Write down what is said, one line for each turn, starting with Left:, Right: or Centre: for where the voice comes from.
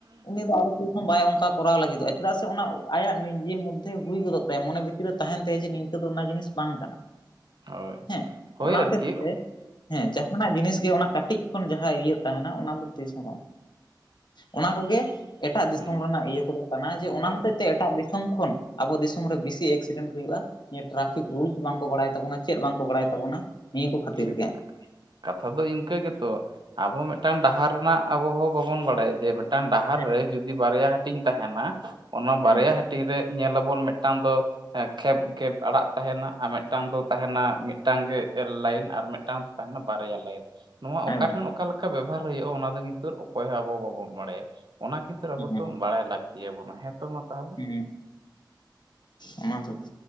Left: ᱩᱱᱤ ᱫᱚ ᱟᱨ ᱵᱟᱭ ᱚᱝᱠᱟ ᱠᱚᱨᱟᱣ ᱞᱟᱹᱜᱤᱫᱚᱜᱼᱟ ᱪᱮᱫᱟᱜ ᱥᱮ ᱚᱱᱟ ᱟᱭᱟᱜ ᱱᱤᱡᱮ ᱢᱚᱫᱽᱫᱷᱮ ᱦᱩᱭ ᱜᱚᱫᱚᱜ ᱛᱟᱭᱟ, ᱢᱚᱱᱮ ᱵᱷᱤᱛᱤᱨ ᱨᱮ ᱛᱟᱦᱮᱱ ᱛᱟᱭᱟ ᱡᱮ ᱱᱤᱝ ᱠᱟᱹ ᱫᱚ ᱚᱱᱟ ᱡᱤᱱᱤᱥ ᱵᱟᱝ ᱠᱟᱱᱟ
Right: ᱦᱳᱭ
Left: ᱦᱮᱸ
Right: ᱦᱳᱭ
Left: ᱚᱱᱟ
Right: ᱟᱨᱠᱤ
Left: ᱦᱚᱛᱮᱡ ᱛᱮ ᱦᱮᱸ ᱡᱟᱦᱟᱱᱟᱜ ᱡᱤᱱᱤᱥ ᱜᱮ ᱚᱱᱟ ᱠᱟᱹᱴᱤᱡ ᱠᱷᱚᱱ ᱡᱟᱦᱟᱸ ᱤᱭᱟᱹ ᱛᱟᱦᱮᱸᱱᱟ ᱚᱱᱟ ᱫᱚ ᱛᱤᱥ ᱦᱚᱸ ᱵᱟᱝ ᱚᱱᱟ ᱠᱚᱜᱮ ᱮᱴᱟᱜ ᱫᱤᱥᱚᱢ
Right: ᱦᱩᱸ
Left: ᱨᱮᱱᱟᱜ ᱤᱭᱟᱹ ᱠᱚᱫᱚ ᱠᱟᱱᱟ ᱡᱮ ᱚᱱᱟ
Right: ᱮᱠᱵᱟᱨ
Left: ᱦᱚᱛᱮᱡ ᱛᱮ ᱮᱴᱟᱜ ᱫᱤᱥᱚᱢ ᱠᱷᱚᱱ ᱟᱵᱚ ᱫᱤᱥᱚᱢ ᱨᱮ ᱵᱮᱥᱤ ᱮᱠᱥᱤᱰᱮᱱᱴ ᱦᱩᱭᱩᱜᱼᱟ᱾ ᱱᱤᱭᱟᱹ ᱴᱨᱟᱯᱷᱤᱠ ᱨᱩᱞ ᱵᱟᱝᱠᱚ ᱵᱟᱲᱟᱭ ᱛᱟᱵᱚᱱᱟ, ᱪᱮᱫ ᱵᱟᱝᱠᱚ ᱵᱟᱲᱟᱭ ᱛᱟᱵᱚᱱᱟ ᱱᱤᱭᱟᱹ ᱠᱚ ᱠᱷᱟᱹᱛᱤᱨ
Right: ᱴᱷᱤᱠ
Left: ᱜᱮ᱾
Right: ᱠᱟᱛᱷᱟ ᱫᱚ ᱤᱱᱠᱟᱹ ᱜᱮᱛᱚ ᱟᱵᱚ ᱢᱤᱫᱴᱟᱝ ᱰᱟᱦᱟᱨ ᱨᱮᱱᱟᱜ ᱟᱵᱚ ᱦᱚᱸ ᱵᱟᱵᱚᱱ ᱵᱟᱲᱟᱭᱟ ᱡᱮ ᱢᱤᱫᱴᱟᱝ ᱰᱟᱦᱟᱨ
Left: ᱦᱮᱸ
Right: ᱨᱮ ᱡᱩᱫᱤ ᱵᱟᱨᱭᱟ ᱦᱟᱹᱴᱤᱧ ᱛᱟᱦᱮᱱᱟ ᱚᱱᱟ
Left: ᱦᱮᱸ
Right: ᱵᱟᱨᱭᱟ ᱦᱟᱹᱴᱤᱧ ᱨᱮ ᱧᱮᱞᱟᱵᱚᱱ ᱢᱤᱫᱴᱟᱝ ᱫᱚ ᱮᱸ ᱠᱷᱮᱯ ᱠᱷᱮᱯ ᱟᱲᱟᱜ ᱛᱟᱦᱮᱸᱱᱟ ᱟ ᱢᱤᱫᱴᱟᱝ ᱫᱚ ᱛᱟᱦᱮᱱᱟ ᱢᱤᱫ ᱢᱤᱫᱴᱟᱝ ᱜᱮ ᱞᱟᱭᱤᱱ ᱟᱨ ᱢᱤᱫᱴᱟᱝ ᱫᱚ ᱛᱟᱦᱮᱱᱟ ᱵᱟᱨᱭᱟ ᱞᱟᱭᱤᱱ ᱱᱚᱣᱟ ᱚᱠᱟ
Left: ᱮᱠᱫᱚᱢ
Right: ᱴᱷᱮᱱ ᱚᱠᱟ ᱞᱮᱠᱟ ᱵᱮᱵᱚᱦᱟᱨ ᱦᱩᱭᱩᱜᱼᱟ ᱚᱱᱟ ᱫᱚ ᱠᱤᱱᱛᱩ ᱚᱠᱚᱭ ᱦᱚᱸ ᱟᱵᱚ ᱵᱟᱵᱚᱱ ᱵᱟᱲᱟᱭᱟ᱾ ᱚᱱᱟ ᱠᱤᱱᱛᱩ ᱟᱵᱚ
Left: ᱦᱮᱸ
Right: ᱛᱚ ᱵᱟᱲᱟᱭ ᱞᱟᱹᱠ ᱤᱭᱟᱹ ᱦᱮᱸ ᱛᱚ ᱢᱟ ᱛᱟᱷᱞᱮ
Left: ᱦᱩᱸ ᱚᱱᱟ ᱛᱚᱵᱮ